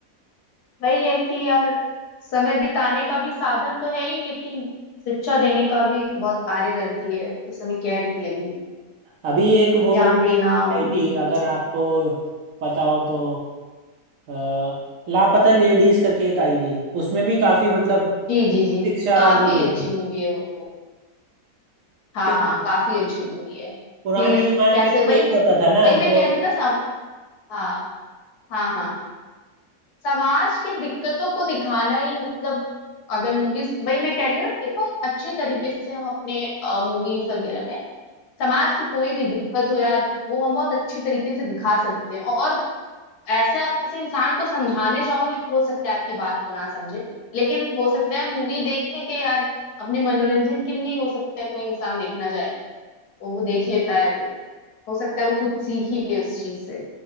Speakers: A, on the left (about 75°); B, on the right (about 65°).
A: वही है कि यार समय बिताने का भी साधन तो है ही लेकिन शिक्षा देने का भी बहुत कार्य करती है जैसे मैं कह रही थी अभी
B: अभी एक
A: ज्ञान
B: वो वाली
A: देना और
B: आई थी
A: ये सब कुछ
B: अगर
A: भी
B: आपको पता हो तो अ, लापता लेडीज करके एक आई थी उसमें भी काफी मतलब
A: जी जी जी
B: शिक्षा
A: काफी
B: मिली थी
A: अच्छी मूवी है वो तो हाँ
B: क्योंकि
A: हाँ काफी अच्छी मूवी है
B: पुराने
A: कि
B: जमाने
A: कैसे
B: में तो
A: वही
B: यही होता था ना
A: वही
B: तो
A: मैं कह रही हूँ ना सम हाँ हाँ हाँ समाज के दिक्कतों को दिखाना ही मतलब अगर मूवीज वही मैं कह रही हूँ ना कि बहुत अच्छे तरीके से हम अपने मूवीज वगैरह में समाज की कोई भी दिक्कत हो यार वो हम बहुत अच्छी तरीके से दिखा सकते हैं और ऐसे आप किसी इंसान को समझाने जाओगे तो हो सकता है आपकी बात को ना समझे लेकिन हो सकता है मूवी देखने के यार अपने मनोरंजन के लिए ही हो सकता है कोई इंसान देखना जाए तो वो देख लेता है तो हो सकता है वो कुछ सीख ही ले उस चीज से